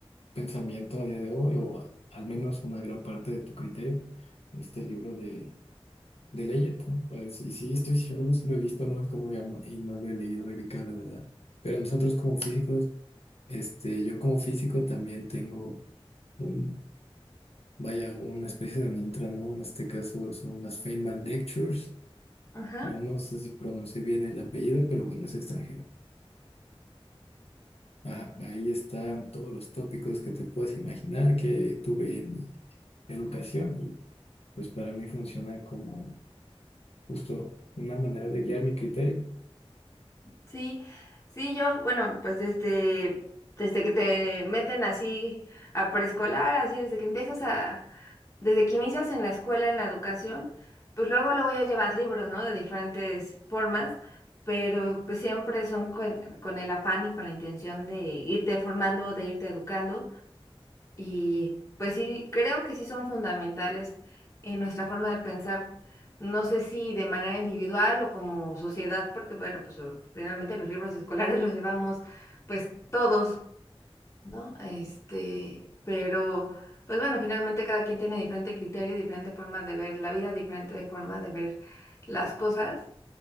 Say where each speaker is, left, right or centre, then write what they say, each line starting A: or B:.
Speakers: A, on the left (about 80°); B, on the left (about 30°).
A: pensamiento a día de hoy, o a- al menos una gran parte de tu criterio? Este libro de, de Leggett, ¿no? Pues, y sí, estoy seguro, si lo he visto, no es como llamo, y no lo he leído, Erika, la verdad. Pero nosotros como físicos, este, yo como físico también tengo un, vaya, una especie de mantra, ¿no? En este caso son las Feynman Lectures.
B: Ajá.
A: Yo No sé si pronuncié bien el apellido, pero bueno, es extranjero. Ah, ahí están todos los tópicos que te puedes imaginar que tuve en mi educación y pues para mí funciona como justo una manera de guiar mi criterio,
B: Sí, sí, yo, bueno, pues desde, desde que te meten así a preescolar, así desde que empiezas a, desde que inicias en la escuela, en la educación, pues luego luego ya llevas libros, ¿no? De diferentes formas, pero pues siempre son con, con el afán y con la intención de irte formando, de irte educando. Y pues sí, creo que sí son fundamentales en nuestra forma de pensar. No sé si de manera individual o como sociedad, porque bueno, pues o- finalmente los libros escolares <laughs> los llevamos pues todos, ¿no? Este, pero pues bueno, finalmente cada quien tiene diferente criterio y diferente forma de ver la vida, diferente forma de ver las cosas.